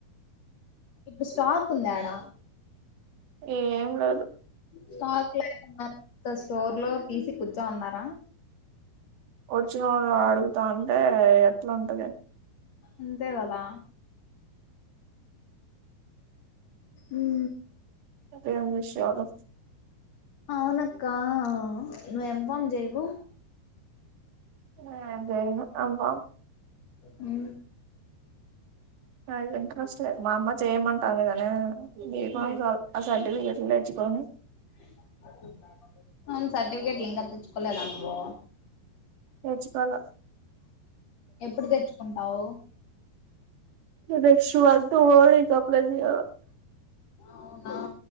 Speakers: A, on the left; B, on the right.
A: ఇప్పుడు స్టాక్ ఉందాడా
B: ఏం లే
A: స్టాక్ లేదన్న స్టోర్ లో తీసి కూర్చోమన్నారా
B: ఒచ్చినోళ్ళు అడుగుతా ఉంటే ఎట్లా ఉంటది
A: అంతేకదా ఉ
B: ఎమీ షోరు
A: అవునక్క ను ఎం ఫమ్ జయవు
B: నేను జేయను అబ్బా
A: ఉ
B: అదం కస్ట్లేదు మా అమ్మ చెయ్యమంటామ్ గాని బి ఫార్మసీ ఆ సర్టిఫికెట్లు తెచ్చుకొని
A: అ అవును సర్టిఫికేట్ లింగా తెచ్చుకోలేదా నువ్వు
B: తెచ్చుకోల
A: ఎప్పుడు తెచ్చుకుంటావు
B: నెక్స్ట్ మంత్ ఓ డి కి అప్లై చేయాలా
A: అవునా